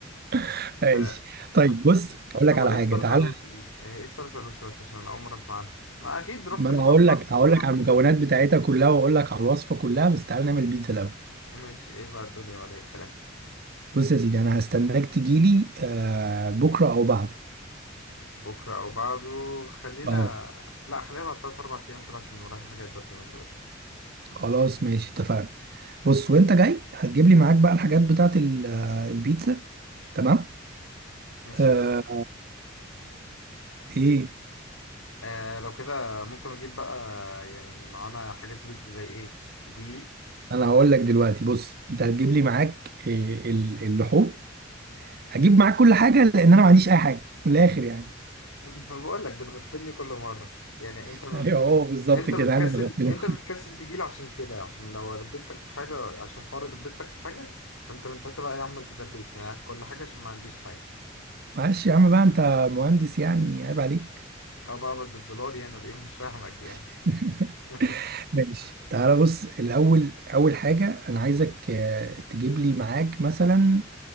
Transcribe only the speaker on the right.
<laughs> ماشي
طيب
بص اقول لك
على
حاجه
تعالى
ما انا
هقول
لك هقول
لك
على المكونات
بتاعتها كلها واقول لك على الوصفه كلها بس تعالى نعمل بيتزا الاول
بص يا سيدي انا هستناك تجيلي آه بكره او بعده
اه
خلاص ماشي اتفقنا بص وانت جاي هتجيب لي معاك بقى الحاجات بتاعت ال- آه، البيتزا تمام
آه ايه
انا هقول لك دلوقتي بص انت هتجيب لي معاك إيه ال- اللحوم هجيب معاك كل حاجه لان انا ما عنديش اي حاجه من الاخر يعني
<laughs>
ايوه هو بالظبط
كده
انا بغفلك
معلش يا عم بقى انت مهندس يعني عيب عليك
<laughs>
ماشي تعالى بص الاول اول حاجه انا عايزك آه، تجيب لي معاك مثلا